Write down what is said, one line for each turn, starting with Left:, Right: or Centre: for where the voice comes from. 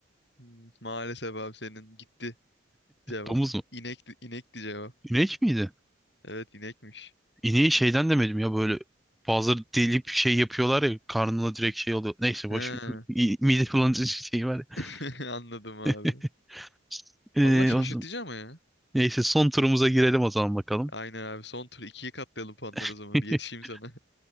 Left: Hmm, Maalesef abi senin gitti cevap.
Centre: Domuz mu?
Left: İnekti, inekti cevap.
Centre: İnek miydi?
Left: Evet inekmiş.
Centre: İneği şeyden demedim ya böyle bazıları delip şey yapıyorlar ya karnına direkt şey oluyor. Neyse
Left: He,
Centre: boş ver. İ- mide bulandırıcı şey var ya.
Left: <laughs> anladım abi.
Centre: <laughs> Eee,
Left: Valla şaşırtıcı
Centre: o zaman-
Left: ama ya.
Centre: Neyse son turumuza girelim o zaman bakalım.
Left: Aynen abi son tur ikiye katlayalım puanları o
Centre: <laughs>
Left: zaman. Bir yetişeyim sana.